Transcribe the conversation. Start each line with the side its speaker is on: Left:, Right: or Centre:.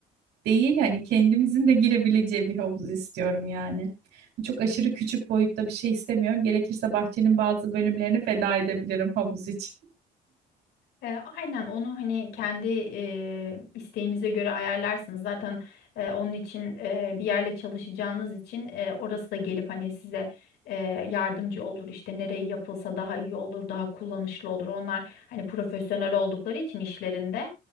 Right: değil hani kendimizin de girebileceği bir havuz istiyorum yani. Çok aşırı küçük boyutta bir şey istemiyorum. Gerekirse bahçenin bazı bölümlerini feda edebilirim havuz için.
Left: E, aynen onu hani kendi e, isteğinize göre ayarlarsınız. Zaten e, onun için e, bir yerle çalışacağınız için e, orası da gelip hani size e, yardımcı olur. İşte nereye yapılsa daha iyi olur, daha kullanışlı olur. Onlar hani profesyonel oldukları için işlerinde